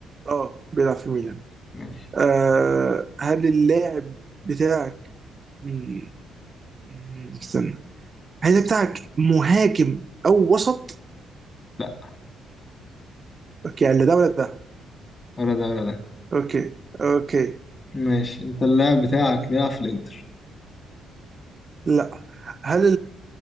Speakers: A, on the right; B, on the left.
A: اه بيلعب في ميلان
B: ماشي
A: آه هل اللاعب بتاعك مم، مم، استنى هل اللاعب بتاعك مهاجم او وسط
B: لأ
A: اوكي يعني لا ده ولا ده
B: ولا ده ولا ده
A: اوكي اوكي
B: ماشي أنت اللاعب بتاعك بيلعب في الإنتر
A: لا هل